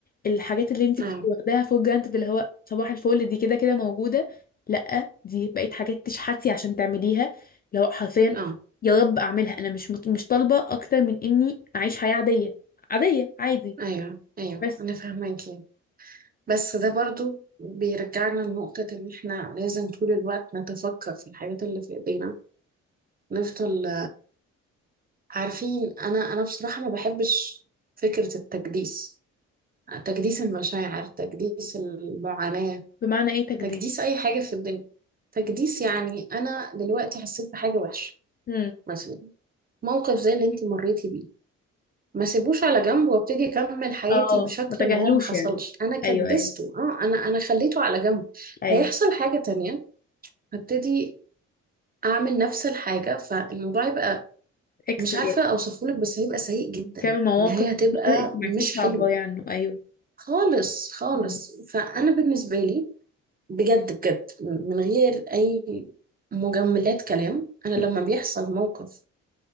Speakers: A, on the left; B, on the right.
A: الحاجات اللي انت
B: اه
A: كنت واخداها فور جرانتد اللي هو صباح الفل دي كده كده موجودة لا دي بقت حاجات تشحتي عشان تعمليها لو حرفيا
B: اه
A: يا رب اعملها انا مش مط- مش طالبة اكتر من اني اعيش حياة عادية عادية عادي
B: ايوه ايوه
A: بس
B: انا فاهماكي بس ده برضو بيرجعنا لنقطة إن إحنا لازم طول الوقت نتفكر في الحاجات اللي في إيدينا نفضل عارفين انا انا بصراحه ما بحبش فكره التجديس تجديس المشاعر تجديس المعاناه
A: بمعنى ايه تجديد
B: تجديس اي حاجه في الدنيا تجديس يعني انا دلوقتي حسيت بحاجه وحشه
A: امم
B: مثلا موقف زي اللي انت مريتي بيه ما سيبوش على جنب وابتدي اكمل حياتي
A: اه
B: بشكل
A: ما تجاهلوش
B: ان هو ما حصلش
A: يعني
B: انا كدسته
A: ايوه ايوه
B: اه انا انا خليته على جنب
A: ايوم
B: هيحصل حاجه تانية هبتدي اعمل نفس الحاجه فالموضوع يبقى
A: اكس
B: مش عارفه اوصفهولك بس هيبقى سيء جدا
A: كام مواقف
B: النهايه هتبقى
A: كتير انت ما
B: مش
A: عرفتيش تعبري
B: حلوه
A: عنه ايوه
B: خالص خالص
A: مم.
B: فأنا بالنسبة لي بجد بجد من غير أي مجملات كلام أنا لما
A: مم.
B: بيحصل موقف